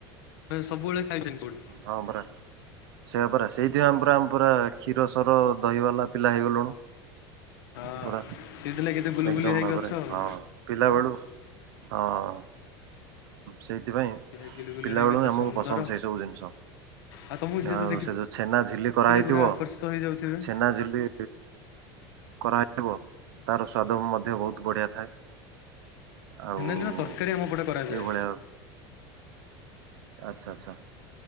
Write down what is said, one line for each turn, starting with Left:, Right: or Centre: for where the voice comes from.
Left: ସବୁବେଳେ <unintelligible>
Right: ହଁପରା। ସେଇ ପରା ସେଇଥିପାଇଁ ଆମ ପୁରାମ ପୁର କ୍ଷୀର ସର ଦହି ବାଲା ପିଲା ହେଇଗଲୁଣୁ।
Left: ହଁ
Right: ପୁରା।
Left: ସିଥିଲାଗି କେତେ ବୁଲୁ
Right: ଏକଦମ
Left: ବୁଲିଆ ହେଇକି
Right: ଭାବରେ
Left: ଅଛ ଆଉ।
Right: ହଁ ପିଲାବେଳୁ ହଁ ସେଇଥିପାଇଁ
Left: ସେଇଟା ଗିଲୁ ଗୁଲୁ
Right: ପିଲା
Left: ହେଇକି
Right: ବେଳୁ
Left: କେତେ
Right: ଆମକୁ
Left: ସୁନ୍ଦର
Right: ପସନ୍ଦ ସେଇ ସବୁ ଜିନିଷ।
Left: ଆଉ ତମକୁ ଯିଏ
Right: ଆଉ
Left: ତ ଦେଖିଥିଲେ
Right: ସେ ଯୋଉ ଛେନା ଝିଲି କରାହେଇଥିବ
Left: ପୁରା ଆକର୍ଷିତ ହେଇଯାଉଥିବେ।
Right: ଛେନାଝିଲି କରାହେଇଥିବ ତାର ସ୍ଵାଦ ମଧ୍ୟ ବହୁତ ବଢିଆ ଥାଏ। ଆଉ
Left: <unintelligible> ତରକାରୀ ଆମ ପଟେ କରାଯାଏ।
Right: ଏଇଭଳିଆ ଆଚ୍ଛା ଆଚ୍ଛା।